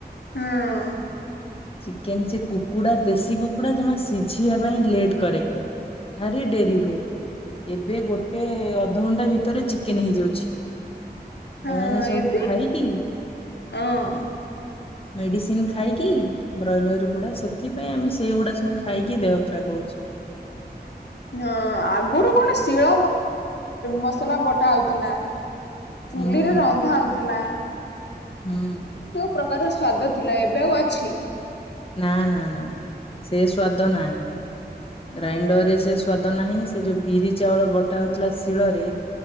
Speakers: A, on the left (about 80°); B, on the left (about 35°).
A: ହୁଁ।
B: ଚିକେନ ସେ କୁକୁଡ଼ା ଦେଶୀ କୁକୁଡ଼ା ଜମା ସିଝିବା ପାଇଁ ଲେଟ୍ କରେ। ଭାରି ଡେରି ହୁଏ। ଏବେ ଗୋଟେ ଅଧଘଣ୍ଟା ଭିତରେ ଚିକେନ ହେଇଯାଉଛି।
A: ହଁ
B: ଏମାନେ ସବୁ
A: ଏବେ
B: ଖାଇକି
A: ହଁ
B: ମେଡିସିନ ଖାଇକି ବ୍ରଏଲର ଗୁଡା ସେଥିପାଇଁ ଆମେ ସେଇଗୁଡା ସବୁ ଖାଇକି ଦେହ ଖରାପ ହଉଛି।
A: ହଁ ଆଗରୁ କଣ ଶିଳ ମସଲା ବଟା ହଉଥିଲା। ଚୁଲିରେ
B: ହୁଁ
A: ରନ୍ଧା ହଉଥିଲା।
B: ହୁଁ।
A: ଏ ଯୋଉ ପ୍ରକାର ସ୍ଵାଦ ଥିଲା ଏବେ ଆଉ ଅଛି।
B: ନା ନା ନା ନା ସେ ସ୍ଵାଦ ନାହିଁ। ଗ୍ରାଇଣ୍ଡର ରେ ସେ ସ୍ଵାଦ ନାହିଁ ସେ ଯୋଉ ବିରି ଚାଉଳ ବଟା ହଉଥିଲା ଶିଳରେ